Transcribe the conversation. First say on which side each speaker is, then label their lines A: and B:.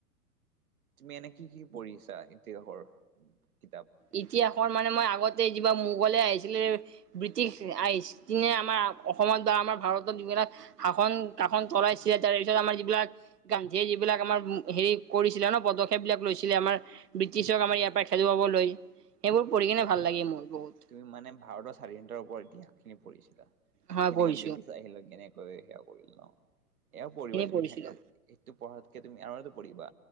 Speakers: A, on the right; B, on the right.
A: তুমি এনে কি কি পঢ়িছা ইতিহাসৰ কিতাপ?
B: ইতিহাসৰ মানে মই আগতে কিবা মোগলে আহিছিলে ব্ৰিটিছ <unintelligible> আমাৰ অসমত বা আমাৰ ভাৰতত যিবিলাক শাসন কাষন চলাইছিলে তাৰপিছত আমাৰ যিবিলাক গান্ধীয়ে যিবিলাক আমাৰ হেৰি কৰিছিলে ন' পদক্ষেপ বিলাক লৈছিলে আমাৰ। ব্ৰিটিছক আমাৰ ইয়াৰ পৰাই খেদুৱাবলৈ। সেইবোৰ পঢ়ি কিনে ভাল
A: অ',
B: লাগে মোৰ বহুত।
A: তুমি মানে ভাৰতৰ স্বাধীনতাৰ ওপৰত ইতিহাস খিনি পঢ়িছিলা?
B: হয়
A: কেনেকে
B: পঢ়িছো
A: ব্ৰিটিছ আহিলে কেনেকে সেয়া কৰিল ল‌ওঁ। ' এয়াও
B: সেইখিনি
A: পঢ়িবা তুমি
B: পঢ়িছিলো
A: সেইটো পঢ়াতকে তুমি আৰু পঢ়িবা।